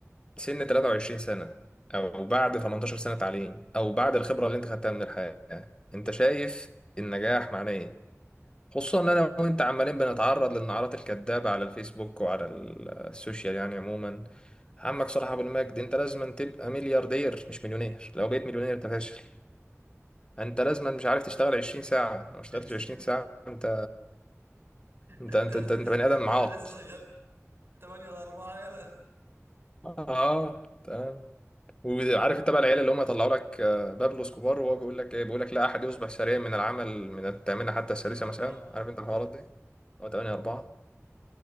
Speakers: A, on the left; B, on the right.
A: سن 23 سنة او بعد 18 سنة تعليم او بعد الخبرة اللي انت خدتها من الحياة انت شايف النجاح معناه ايه خصوصا ان انا وانت عمالين بنتعرض للنعرات الكذابه على الفيسبوك وعلى ال- السوشيال يعني عموما عمك صلاح ابو المجد انت لازم تبقى ملياردير مش مليونير لو بقيت مليونير انت فاشل انت لازم مش عارف تشتغل 20 ساعه لو ما اشتغلتش
B: انت
A: 20 ساعه انت انت
B: انت
A: انت انت, انت بني
B: انت
A: ادم
B: لسه
A: عاق
B: الاربعه
A: اه تمام وعارف انت بقى العيال اللي هم يطلعوا لك آه، بابلو اسكوبار وهو بيقول لك ايه بيقول لك لا احد يصبح سريعا من العمل من الثامنه
B: من 8
A: حتى السادسه
B: ل 4
A: مثلا عارف انت الحوارات
B: <laughs>
A: دي هو 8 4